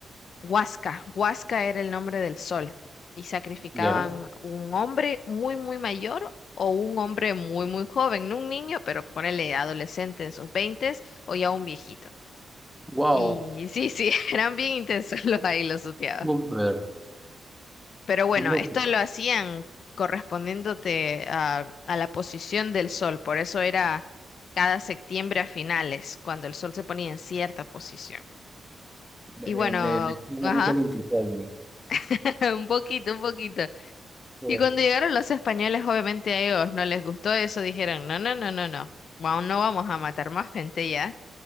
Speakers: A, on the left; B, in the centre.
A: Huasca. Huasca era el nombre del sol. Y sacrificaban
B: ya.
A: un hombre muy, muy mayor o un hombre muy, muy joven. No un niño, pero ponele adolescente en sus veintes o ya un viejito.
B: Wow,
A: Y sí, sí, <laughs> eran bien intensos los ahí los sutiados.
B: súper,
A: Pero bueno,
B: qué loco.
A: esto lo hacían correspondiéndote a, a la posición del sol, por eso era cada septiembre a finales, cuando el sol se ponía en cierta posición.
B: Me,
A: Y
B: me,
A: bueno,
B: me, me suena
A: ajá,
B: mucho el Inti Raymi.
A: <laughs> un poquito, un poquito.
B: Sí.
A: Y cuando llegaron los españoles, obviamente a ellos no les gustó eso, dijeron, no, no, no, no, no, wow no vamos a matar más gente ya.